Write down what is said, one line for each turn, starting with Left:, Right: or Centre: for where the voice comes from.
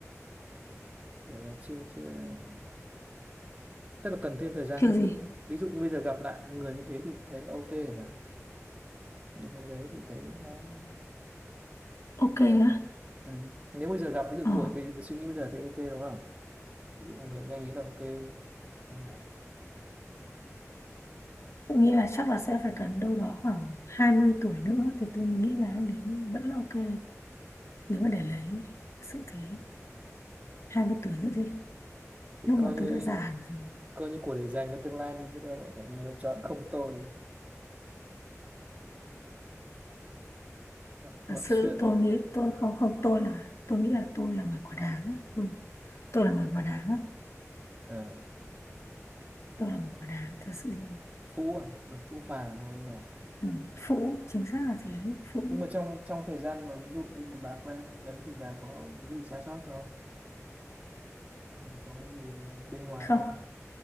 Right: gọi là chưa chưa tức là cần thêm thời gian
Left: Kiểu
Right: hơn
Left: gì
Right: nữa ví dụ như bây giờ gặp lại người như thế thì thấy là ok rồi mà hồi đấy thì thấy nó
Left: Ok á
Right: ừ. nếu bây giờ gặp ví dụ
Left: Ờ
Right: tuổi bây suy nghĩ bây giờ thì ok đúng không ví dụ người nhanh ý là ok chẳng hạn
Left: Tôi nghĩ là chắc là sẽ phải cần đâu đó khoảng 20 tuổi nữa thì tôi nghĩ là anh ấy vẫn là ok nếu mà để lấy sự thế 20 tuổi nữa đi
Right: thì
Left: lúc
Right: coi
Left: mà
Right: như
Left: tôi đã già hẳn rồi
Right: coi như của để dành cho tương lai đi biết đâu mình lựa chọn không tồi mọi,
Left: thật
Right: mọi
Left: sự
Right: chuyện
Left: tôi nghĩ tôi không không tôi là tôi nghĩ là tôi là người quả đáng á. ừ. tôi là người quả đáng á.
Right: ờ,
Left: tôi là người quả đáng thật sự là
Right: phũ à nó phũ phàng hay là
Left: ừ. phụ chính xác là thế phụ
Right: nhưng mà trong trong thời gian mà ví dụ như bà quen anh đấy thì bà có cái gì sai sót không có cái gì bên ngoài
Left: không
Right: không